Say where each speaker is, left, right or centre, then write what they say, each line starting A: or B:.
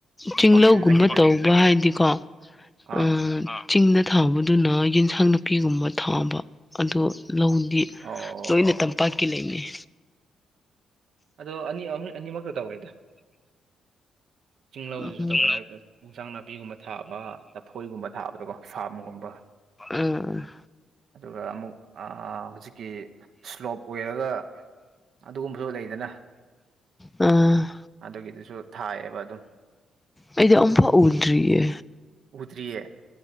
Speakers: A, on the right; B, on the left.
A: ꯇꯝꯄꯥꯛꯀꯤꯗꯨꯅ
B: ꯆꯤꯡꯂꯧꯒꯨꯝꯕ
A: ꯍꯦꯟꯅ
B: ꯇꯧꯕ ꯍꯥꯏꯗꯤꯀꯣ
A: ꯑꯥ
B: ꯑꯝ ꯆꯤꯡꯗ ꯊꯥꯕꯗꯨꯅ ꯌꯦꯟꯁꯥꯡ ꯅꯥꯄꯤꯒꯨꯝꯕ ꯊꯥꯕ ꯑꯗꯣ ꯂꯧꯗꯤ
A: ꯑꯣ
B: ꯂꯣꯏꯅ ꯇꯝꯄꯥꯛꯀꯤ ꯂꯩꯅꯦ
A: ꯑꯗꯣ ꯑꯅꯤ ꯑꯅꯤꯃꯛꯇ ꯇꯧꯅꯤꯗ ꯆꯤꯡꯂꯧꯗꯨꯁꯨ
B: ꯎꯝ
A: ꯇꯧꯋꯦ ꯌꯦꯟꯁꯥꯡ ꯅꯥꯄꯤꯒꯨꯝꯕ ꯊꯥꯕ ꯂꯐꯣꯏꯒꯨꯝꯕ ꯊꯥꯕꯗꯀꯣ ꯐꯥꯝꯒꯨꯝꯕ
B: ꯎꯝ ꯎꯝ
A: ꯑꯗꯨꯒ ꯑꯃꯨꯛ ꯍꯧꯖꯤꯛꯀꯤ ꯁ꯭ꯂꯣꯞ ꯑꯣꯏꯔꯒ ꯑꯗꯨꯒꯨꯝꯕꯁꯨ ꯂꯩꯗꯅ
B: ꯎꯝ
A: ꯑꯗꯨꯒꯤꯗꯨꯁꯨ ꯊꯥꯏꯌꯦꯕ ꯑꯗꯨꯝ
B: ꯑꯩꯗꯤ ꯑꯝꯐꯧ ꯎꯗ꯭ꯔꯤꯌꯦ
A: ꯎꯗꯔꯤꯌꯦ